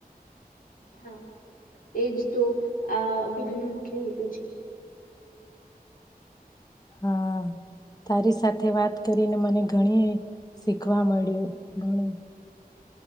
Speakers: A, on the left (about 65°); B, on the left (about 25°).
A: હા એજ તો આ અભિયાનનોો મુખ્ય હેતુ છે
B: હા તારી સાથે વાત કરીને મને ઘણી શીખવા મળ્યું ઘણું